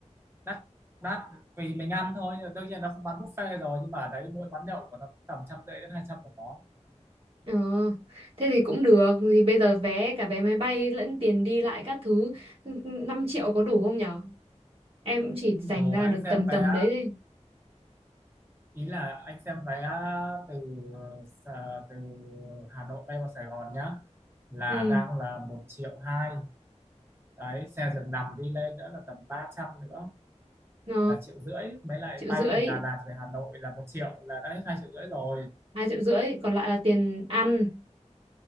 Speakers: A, on the right; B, on the right.
A: đắt đắt tùy mình ăn thôi đương nhiên nó không bán buffet rồi nhưng mà ở đấy mỗi quán nhậu của nó cũng tầm trăm rưỡi đến hai trăm một món
B: ờ thế thì cũng được thì bây giờ vé cả vé máy bay lẫn tiền đi lại các thứ ừ, ừ, 5 triệu có đủ không nhở em cũng chỉ dành
A: Đủ
B: ra
A: anh
B: được
A: xem
B: tầm
A: vé
B: tầm đấy đấy
A: ý là anh xem vé từ Sà- từ Hà Nội bay vào Sài Gòn nhá là
B: ừ
A: đang là một triệu hai đấy xe giường nằm đi lên nữa là tầm 300 nữa
B: ờ
A: là triệu rưỡi mới lại
B: triệu
A: bay
B: rưỡi
A: từ Đà Lạt về Hà Nội là một triệu là đã hết hai triệu rưỡi rồi
B: hai triệu rưỡi còn lại là tiền ăn